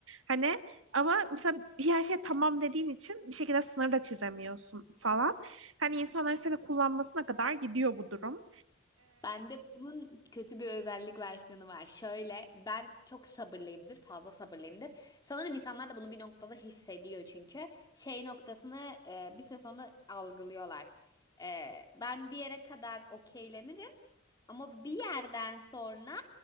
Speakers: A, on the right; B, on the left.
A: Hani ama mesela bir her şey tamam dediğin için bir şekilde sınır da çizemiyorsun falan. Hani insanların seni kullanmasına kadar gidiyor bu durum.
B: Bende bunun kötü bir özellik versiyonu var. Şöyle ben çok sabırlıyımdır. Fazla sabırlıyımdır. Sanırım insanlar da bunu bir noktada hissediyor çünkü. Şey noktasını e, bir süre sonra algılıyorlar. E, ben bir yere kadar okeylenirim. Ama bir yerden sonra